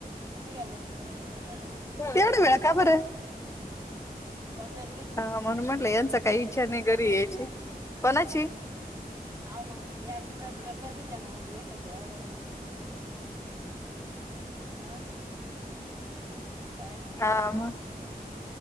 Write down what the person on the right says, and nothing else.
तुम्ही गेले ना तर होत
तबेत
ना मंग या तर कधीच्या नाव भेट त एवढ्या संग हा काय